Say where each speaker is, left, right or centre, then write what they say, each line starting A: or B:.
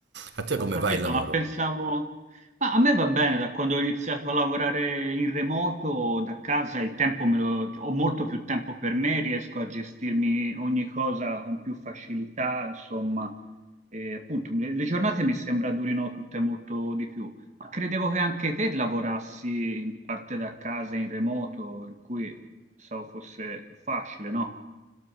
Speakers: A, on the right (about 85°); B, on the right (about 40°).
A: A te come
B: Ho capito,
A: va il lavoro?
B: ma pensavo... Ma a me va bene, da quando ho iniziato a lavorare in remoto, da casa, il tempo me lo... ho molto più tempo per me, riesco a gestirmi ogni cosa con più facilità, insomma. E, appunto, le, le giornate mi sembra durino tutte molto di più. Ma credevo che anche te lavorassi in parte da casa, in remoto, per cui pensavo fosse più facile, no?